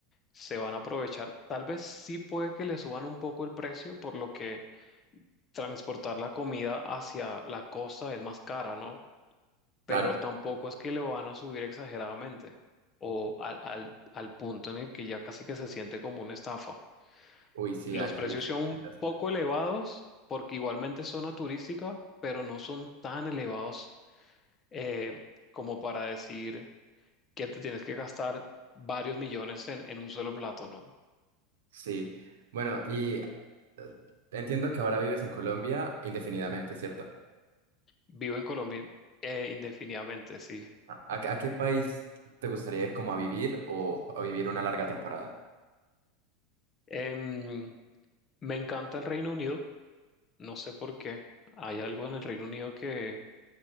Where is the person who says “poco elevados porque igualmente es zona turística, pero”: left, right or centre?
Left